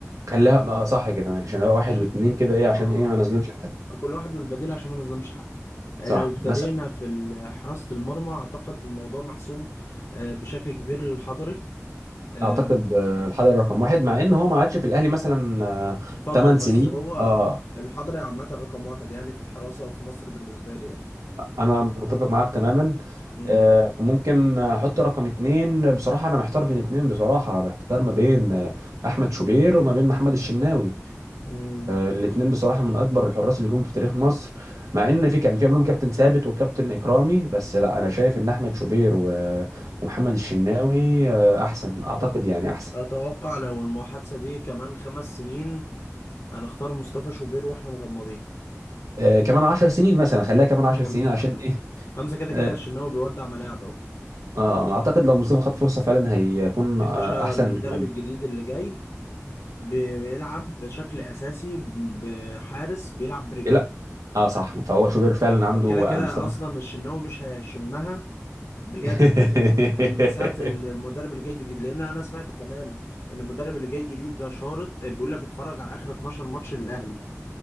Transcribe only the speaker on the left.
ماشي
اه
اه
آه، كل واحد والبديل عشان ما نظلمش حد آه،
لو ابتدينا
في ال- حراسه المرمى اعتقد الموضوع محسوم آه، بشكل كبير للحضري آه،
فتره
بس
هو
الحضري عامه رقم واحد يعني في الحراسه في مصر بالنسبه لي يعني
مم.
مم.
أتوقع لو المحادثة دي كمان خمس سنين هنختار مصطفى شوبير واحنا مغمضين
خمسة
خمسة
خمسة كده كده
الشناوي بيودع ملاعب اهو
يا
باشا
المدرب
الجديد اللي جاي بي- بيلعب بشكل أساسي بحارس بيلعب برجله
فكده
كده
أصلا الشناوي مش هيشمها بجد
يعني من ساعة المدرب اللي جاي جديد لأن أنا سمعت كمان إن المدرب اللي جاي جديد ده شارط بيقول لك اتفرج على آخر 12 ماتش للأهلي